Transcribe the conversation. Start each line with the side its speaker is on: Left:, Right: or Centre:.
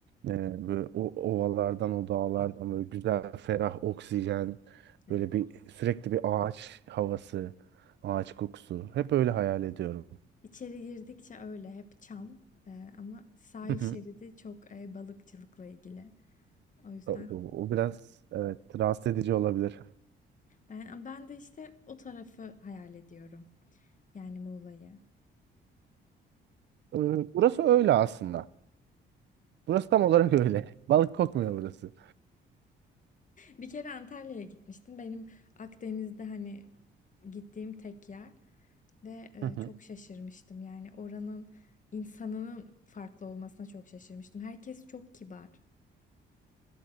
Right: Ee, böyle o ovalardan, o dağlardan böyle güzel, ferah oksijen,
Left: Evet.
Right: böyle bir sürekli bir ağaç havası, ağaç kokusu. Hep öyle hayal ediyorum.
Left: İçeri girdikçe öyle hep çam Ee, ama sahil
Right: Hı hı.
Left: şeridi çok e, balıkçılıkla ilgili. O yüzden
Right: O, o- o biraz evet rahatsız edici olabilir.
Left: ben ben de işte o tarafı hayal ediyorum. Yani Muğla'yı.
Right: Ee, burası öyle aslında. Burası tam olarak öyle. <laughs> Balık kokmuyor burası.
Left: Bir kere Antalya'ya gitmiştim. Benim Akdeniz'de hani gittiğim tek yer ve e,
Right: Hı hı.
Left: çok şaşırmıştım. Yani oranın insanının farklı olmasına çok şaşırmıştım. Herkes çok kibar.